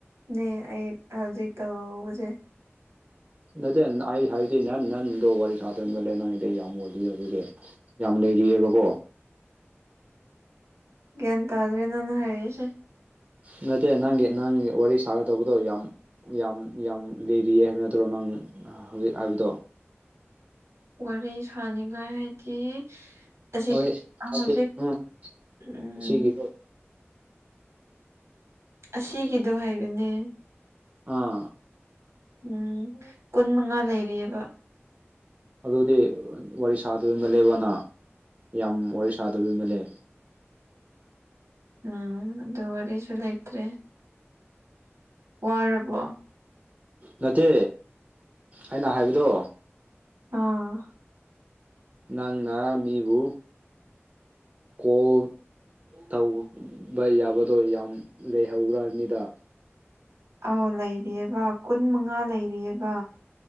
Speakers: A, on the right; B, on the right.
A: ꯅꯦ ꯑꯩ ꯍꯧꯖꯤꯛ ꯇꯧꯕꯁꯦ
B: ꯅꯠꯇꯦ ꯑꯩ ꯍꯥꯏꯗꯤ ꯅ ꯅꯟꯗꯣ ꯋꯥꯔꯤ ꯁꯥꯗꯅ ꯂꯩ ꯅꯪꯒꯤꯗ ꯑꯩ ꯌꯥꯝ ꯃꯣꯜꯂꯤ ꯑꯗꯨꯗꯤ ꯌꯥꯝ ꯂꯩꯔꯤꯌꯦꯕꯀꯣ
A: ꯒ꯭ꯌꯥꯟ ꯇꯥꯗ꯭ꯔꯦ ꯅꯪꯅ ꯍꯥꯏꯔꯤꯁꯦ
B: ꯅꯠꯇꯦ ꯅꯪꯒꯤ ꯅꯪꯒꯤ ꯋꯥꯔꯤ ꯁꯥꯒꯗꯩꯕꯗꯣ ꯌꯥꯝ ꯌꯥꯝ ꯌꯥꯝ ꯂꯩꯔꯤꯌꯦ ꯍꯥꯏꯕ ꯅꯠꯇ꯭ꯔꯣ ꯅꯪ ꯍꯧꯖꯤꯛ ꯍꯥꯏꯕꯗꯣ
A: ꯋꯥꯔꯤ ꯁꯅꯤꯡꯉꯥꯏ ꯍꯥꯏꯗꯤ ꯑꯁꯤꯛ
B: ꯍꯣꯏ
A: ꯍꯧꯖꯤꯛ
B: ꯍꯥꯏꯗꯤ ꯎꯝ
A: ꯎꯝ
B: ꯁꯤꯒꯤꯗꯣ
A: ꯑꯁꯤꯒꯤꯗꯣ ꯍꯥꯏꯕꯅꯦ
B: ꯑꯥ
A: ꯎꯝ ꯀꯨꯟ ꯃꯉꯥ ꯂꯩꯔꯤꯌꯦꯕ
B: ꯑꯗꯨꯗꯤ ꯋꯥꯔꯤ ꯁꯥꯗ ꯃꯜꯂꯦꯕ ꯅꯥ ꯌꯥꯝ ꯋꯥꯔꯤ ꯁꯥꯗꯕꯤ ꯃꯜꯂꯦ
A: ꯎꯝ ꯑꯗꯨ ꯋꯥꯔꯤꯁꯨ ꯂꯩꯇ꯭ꯔꯦ ꯋꯥꯔꯕꯣ
B: ꯅꯠꯇꯦ ꯑꯩꯅ ꯍꯥꯏꯕꯗꯣ
A: ꯑꯥ
B: ꯅꯪꯅ ꯃꯤꯕꯨ ꯀꯣꯜ ꯇꯧ ꯕ ꯌꯥꯕꯗꯣ ꯌꯥꯝ ꯂꯩꯍꯧꯕ꯭ꯔꯥ ꯍꯥꯏꯝꯅꯤꯗ
A: ꯑꯧ ꯂꯩꯔꯤꯌꯦꯕ ꯀꯨꯟ ꯃꯉꯥ ꯂꯩꯔꯤꯌꯦꯕ